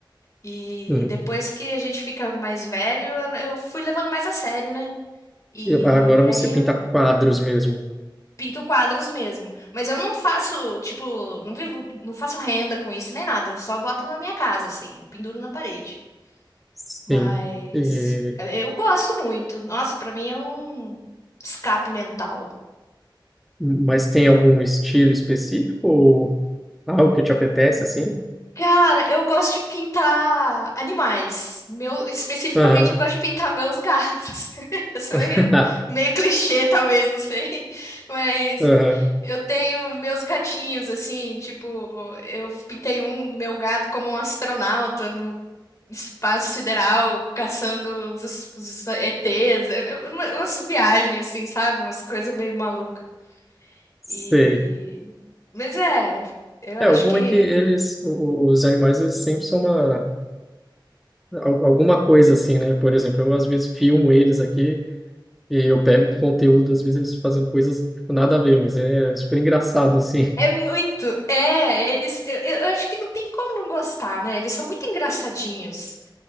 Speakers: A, on the left (about 40°); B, in the centre.
A: E
B: Hum.
A: depois que a gente fica mais velho, eu fui levando mais a sério, né? E
B: Eu- Agora você
A: aí
B: pinta
A: eu
B: quadros mesmo.
A: pinto quadros mesmo. Mas eu não faço, tipo, não vivo, não faço renda com isso nem nada. Eu só boto na minha casa, assim, eu penduro na parede.
B: Sim.
A: Mas
B: E-
A: eu eu gosto muito. Nossa, pra mim é um escape mental.
B: Mas tem algum estilo específico ou algo que te apetece assim?
A: Cara, eu gosto de pintar animais. Meu, especificamente,
B: Aham.
A: eu gosto de pintar meus gatos. <laughs> Eu sou
B: <laughs>
A: meio, meio clichê, talvez, não sei. <laughs> Mas
B: Aham.
A: eu tenho meus gatinhos, assim, tipo, eu pintei um, meu gato, como um astronauta no espaço sideral, caçando os, os ETs. É, é, uma- Umas viagens, assim, sabe? Umas coisas meio malucas.
B: Sei.
A: E... Mas é, eu
B: É,
A: acho
B: o bom
A: que.
B: é que eles, o- os animais, eles sempre são uma Al- Alguma coisa assim, né? Por exemplo, eu às vezes filmo eles aqui e eu pego conteúdo, às vezes eles fazendo coisas tipo, nada a ver, mas é super engraçado, assim. <laughs>
A: É muito. É, eles. Eu, eu acho que não tem como não gostar, né? Eles são muito engraçadinhos.